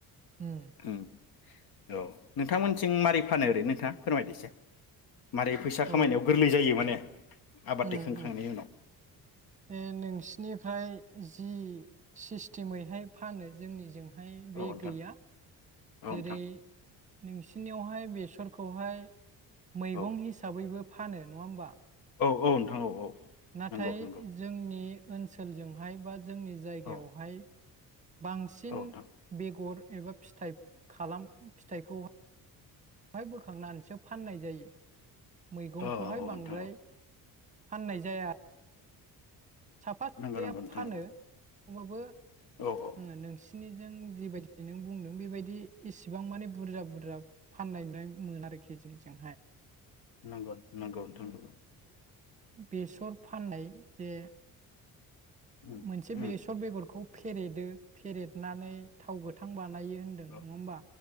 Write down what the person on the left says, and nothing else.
ओम। औ नोंथांमोनथिं मारै फानो ओरै नोंथा फोरमायदो एसे। मारै फैसा
खामायनायाव गोरलै जायो माने आबाद
दैखांखांनायनि
उनाव
औ नोंथां
औ
नोंथां
औ
औ औ नोंथां औ औ।
नंगौ नंगौ
औ
नोंथां
औ औ औ नोंथां
औ
नंगौ
नंगौ नोंथां
औ
औ औ
नगद नंगौ नोंथां नंगौ
उम
उम
औ